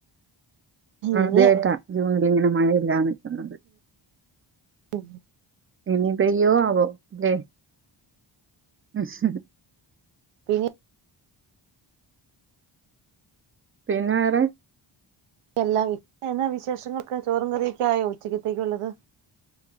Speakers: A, on the right; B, on the right.
A: ആദ്യായിട്ടാ
B: ഇനി
A: ജൂണില് ഇങ്ങനെ മഴയില്ലാതെ നിക്ക്‌ന്നത്
B: ഉ
A: ഇനി പെയ്യോ ആവോ ലേ അ <unintelligible>
B: ഈ
A: പിന്നെ വേറെ
B: എല്ലാം എന്നാ വിശേഷങ്ങളൊക്കെ ചോറും കറിയും ഒക്കെ ആയോ ഉച്ചക്കത്തേക്കുള്ളത്